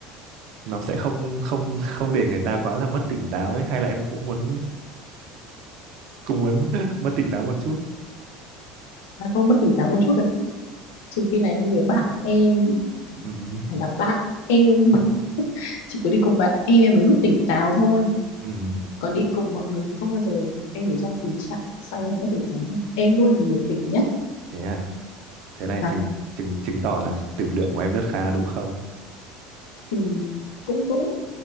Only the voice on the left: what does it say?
À, không mất tỉnh táo một chút là trừ khi là em đi với bạn em.
Phải là bạn em. <laughs> Chỉ có đi cùng bạn em em mới mất tỉnh táo thôi.
còn đi cùng mọi người thì không bao giờ em ở trong tình trạng say hẳn nhất thể thắng này em luôn là người tỉnh nhất
và
thì cũng cũng